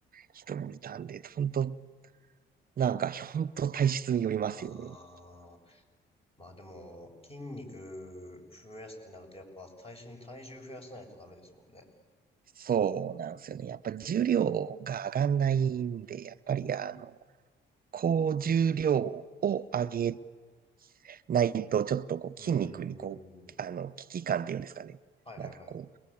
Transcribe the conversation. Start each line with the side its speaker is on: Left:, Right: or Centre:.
Right: 人もいたんで、本当なんか、本当体質によりますよね。
Left: ああ、まあでも、筋肉増やすってなると、やっぱ最初に体重増やさないとダメですもんね。
Right: そうなんですよね。やっぱ重量が上がんないんで、やっぱりあの、高重量を上げないと、ちょっとこう筋肉にこう、
Left: うーん。
Right: あの、危機感っていうんですかね。
Left: はいはいはい。
Right: なんかこ